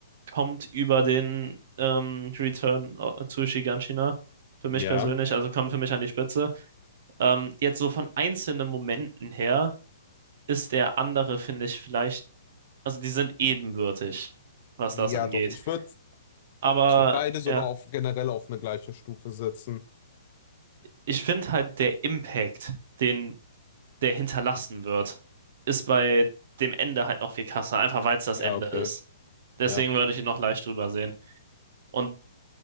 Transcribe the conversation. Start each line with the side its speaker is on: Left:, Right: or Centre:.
Right: kommt über den ähm, Return äh, zu Shiganshina für mich
Left: Ja.
Right: persönlich, also kommt für mich an die Spitze. Ähm, jetzt so von einzelnen Momenten her ist der andere, finde ich, vielleicht, also die sind ebenbürtig, was
Left: Ja,
Right: das angeht.
Left: doch. Ich würde
Right: Aber
Left: ich würd beide sogar
Right: ja,
Left: auf, generell auf eine gleiche Stufe setzen.
Right: ich finde halt der Impact, den der hinterlassen wird, ist bei dem Ende halt noch viel krasser, einfach weil es das
Left: Ja,
Right: Ende
Left: okay.
Right: ist. Deswegen
Left: Ja.
Right: würde ich ihn noch leicht drüber sehen. Und